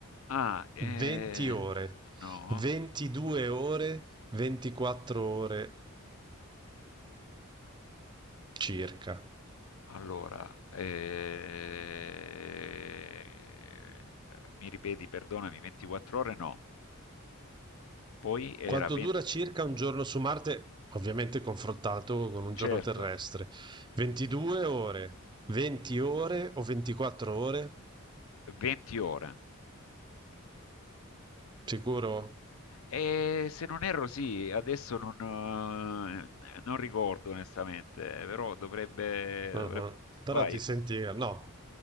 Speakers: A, on the left (about 70°); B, on the right (about 20°).
A: Ah, eh,
B: 20 ore,
A: no.
B: 22 ore, 24 ore circa.
A: Allora, eh, mi ripeti, perdonami, 24 ore no. Poi era
B: Quanto
A: 20,
B: dura circa un giorno su Marte, ovviamente confrontato con un
A: certo,
B: giorno terrestre? 22 ore, 20 ore o 24 ore?
A: 20 ore.
B: Sicuro?
A: E se non erro, sì, adesso non, eh, non ricordo onestamente, però dovrebbe,
B: Mhm.
A: dovrebbe...
B: Però
A: Vai,
B: ti senti, no,